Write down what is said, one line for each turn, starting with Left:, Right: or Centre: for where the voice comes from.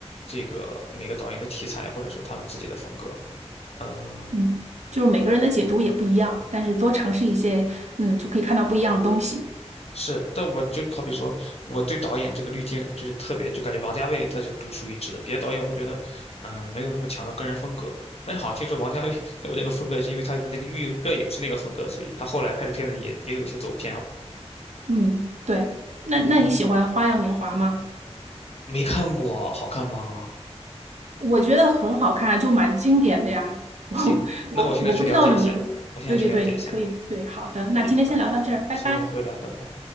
Left: 这个每个导演的题材或者说他们自己的风格。嗯，
Right: 嗯，就是每个人的解读也不一样，但是多尝试一些，嗯，就可以看到不一样的东西，
Left: 是，但我就好比说，我对导演这个滤镜就是特别，就感觉王家卫他是独树一帜的，别的导演我都觉得，嗯，没有那么强的个人风格。但是好像听说王家卫 <laughs> 他有那个风格，是因为他的那个御用摄影是那个风格，所以他后来拍的片子也也有一些走偏了。
Right: 嗯，对，那那你喜欢《花样年华》吗？
Left: 嗯，没看过，好看吗？
Right: 我觉得很好看，就蛮经典的呀，<laughs> 我
Left: 行，那我现在去了解一下，
Right: 我我不知道你，
Left: 我现在去了解一下。
Right: 对对对，你可以，
Left: 了。
Right: 对，好的，那今天先聊到这儿，
Left: 那
Right: 拜拜。
Left: 行，我们回聊，拜拜。